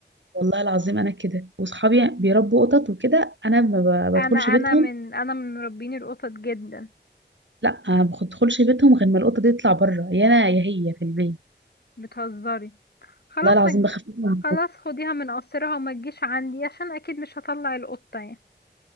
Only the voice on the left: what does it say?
انا
انا من انا من مربين القطط جدا
بتهزري خلاص
ما تج-
خلاص خديها من قصرها وما تجيش عندي عشان اكيد مش هطلع القطة يعني